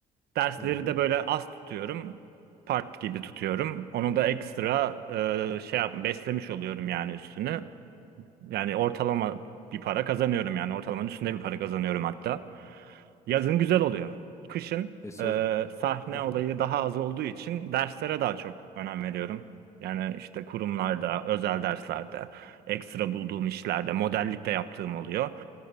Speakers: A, on the right (about 70°); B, on the left (about 15°).
A: Dersleri
B: Hı hı.
A: de böyle az tutuyorum. Part gibi tutuyorum. Onu da ekstra e, şey yap, beslemiş oluyorum yani üstünü. Yani ortalama bir para kazanıyorum yani ortalamanın üstünde bir para kazanıyorum hatta. Yazın güzel oluyor. Kışın
B: E, sos-
A: e, sahne
B: <laughs>
A: olayı daha az olduğu için derslere daha çok önem veriyorum. Yani işte kurumlarda, özel derslerde, ekstra bulduğum işlerde, modellik de yaptığım oluyor.